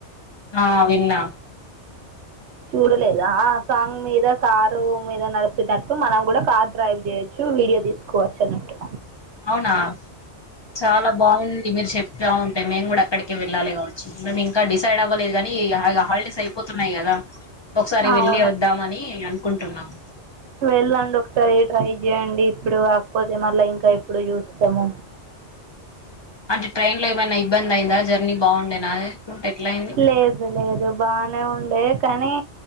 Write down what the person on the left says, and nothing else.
ఆ విన్నా
అవునా చాలా బాగుంది మీరు చెప్తా ఉంటేయి మేము కూడా అక్కడికి వెళ్ళాలి కావచ్చు మేము ఇంకా డిసైడ్ అవ్వలేదు గానీ హాలిడేస్ అయిపోతున్నాయి కదా ఒకసారి
వెళ్ళి వద్దామని అనుకుంటున్నాం
అంటే ట్రైన్ లో ఏమైనా ఇబ్బంది అయిందా జర్నీ బాగుండేనాకుంటే ఎట్లా అయింద